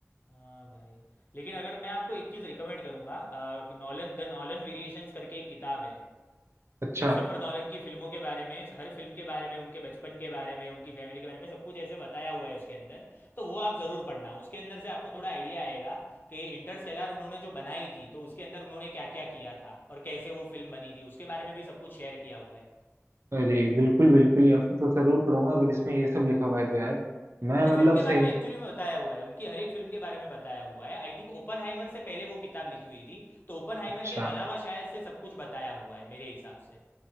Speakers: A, on the left; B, on the right.
A: हाँ भाई लेकिन अगर मैं आपको एक चीज़ रिकमेंड करूंगा नॉलन द नॉलन वेरिएशंस करके एक किताब है
B: अच्छा
A: क्रिस्टोफर नॉलन की फिल्मों के बारे में हर फिल्म के बारे में उनके बचपन के बारे में उनकी फैमिली के बारे में सब कुछ ऐसे बताया हुआ है उसके अंदर तो वो आप ज़रूर पढ़ना उसके अंदर से आपको थोड़ा आइडिया आएगा कि इंटरस्टेलर उन्होंने जो बनाई थी तो उसके अंदर उन्होंने क्या क्या किया था और कैसे वो फिल्म बनी थी उसके बारे में भी सब कुछ शेयर किया हुआ है
B: अरे बिल्कुल बिल्कुल या फिर तो जरूर पढ़ूंगा अगर इसमें ये सब लिखा हुआ है तो यार मैं
A: हर
B: मतलब
A: फिल्म के
B: सही
A: बारे में एक्चुअली में बताया हुआ है उनकी हर एक फिल्म के बारे में बताया हुआ है आई थिंक ओपन से पहले वो किताब लिखी हुई थी तो ओपन
B: अच्छा
A: के अलावा शायद से सब कुछ बताया हुआ है मेरे हिसाब से